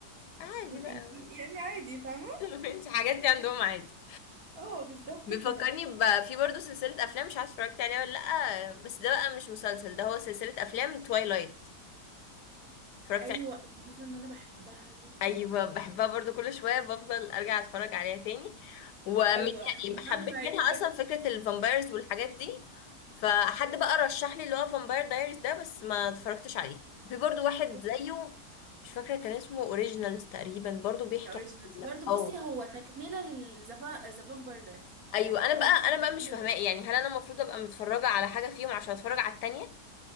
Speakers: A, on the left; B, on the right.
A: عادي
B: دول
A: بقى
B: انجليزي
A: <laughs>
B: يعني عادي فاهمة <laughs>
A: مش الحاجات دي عندهم عادي
B: اه بالظبط
A: بيفكرني
B: كده
A: ب... في برضه سلسلة أفلام مش عارفة اتفرجت عليها ولا لأ بس ده بقى مش مسلسل ده هو سلسلة أفلام توايلايت اتفرجت
B: ايوه
A: عليها
B: الفكرة ان انا بحبها جدا
A: أيوة بحبها برضه كل شوية بفضل أرجع أتفرج عليها تاني ومن
B: ايوه انا
A: يعني
B: مهما
A: حبيت منها
B: جت
A: أصلا فكرة الفامبايرز والحاجات دي فحد بقى رشح لي اللي هو فامباير دايريز ده بس ما اتفرجتش عليه في برضه واحد
B: بصي
A: زيه مش فاكرة كان اسمه اوريجينالز تقريبا برضه بيحكي
B: اوريجينالز
A: عن
B: برضه
A: اه
B: بصي هو تكملة للزفا زفان باردرز
A: ايوه
B: يعني فاهمة
A: انا بقى
B: هو
A: انا
B: تكملة
A: بقى مش فاهماه
B: ليه.
A: يعني هل انا المفروض ابقى متفرجه على حاجه فيهم عشان اتفرج على التانية